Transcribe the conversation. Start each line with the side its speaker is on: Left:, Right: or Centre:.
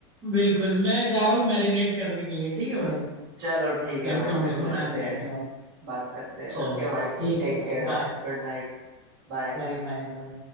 Centre: बिल्कुल मैं जा रहा हूँ मैरिनेट करने के लिए ठीक है भाई
Right: चलो ठीक
Centre: करता
Right: है भाई
Centre: हूँ
Right: फिर
Centre: उसको
Right: मिलते
Centre: मैरिनेट
Right: हैं
Centre: में
Right: बात करते हैं
Centre: चलो
Right: ओके
Centre: भाई
Right: भाई
Centre: ठीक
Right: take
Centre: है भाई
Right: care
Centre: बाय
Right: good night bye
Centre: बाय बाय बाय